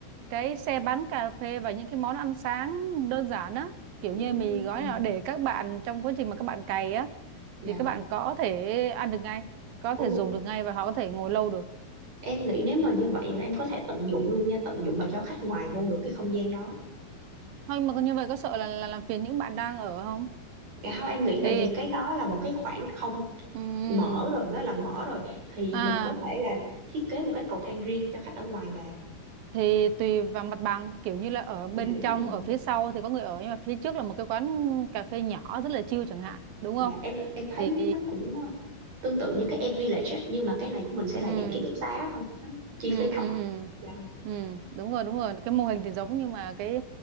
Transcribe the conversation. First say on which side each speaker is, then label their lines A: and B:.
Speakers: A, on the right; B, on the right.
A: cái xe bán cà phê và những cái món ăn sáng đơn giản á kiểu
B: Ừm,
A: như mì gói nào để các bạn trong quá trình mà các bạn cày á
B: dạ
A: thì các bạn có thể ăn được ngay có
B: Ồ,
A: thể dùng được ngay và họ có thể ngồi lâu được
B: em nghĩ nếu mà như vậy là em có thể tận dụng luôn nha tận dụng và cho khách ngoài vô được cái không gian đó
A: thôi mà như vậy có sợ là, là làm phiền những bạn đang ở không
B: dạ không em nghĩ
A: thì
B: tại vì cái đó là một cái khoảng không
A: ừm,
B: mở rồi nó là mở rồi thì
A: à
B: mình có thể là thiết kế một cái cầu thang riêng cho khách ở ngoài vào
A: thì tùy vào mặt bằng kiểu như là ở bên
B: dạ đúng
A: trong
B: rồi
A: ở phía sau thì có người ở nhưng mà phía trước là một cái quán cà phê nhỏ rất là chill chẳng hạn đúng
B: Dạ
A: không
B: em em thấy
A: thì
B: nó cũng ờ, tương tự như cái Ant Village á, nhưng mà cái này của mình sẽ là
A: ừ
B: dạng ký túc xá thôi, nó chi
A: ừ
B: phí thấp.
A: ừ ừ
B: Dạ,
A: ừ đúng rồi đúng rồi cái mô hình thì giống nhưng mà cái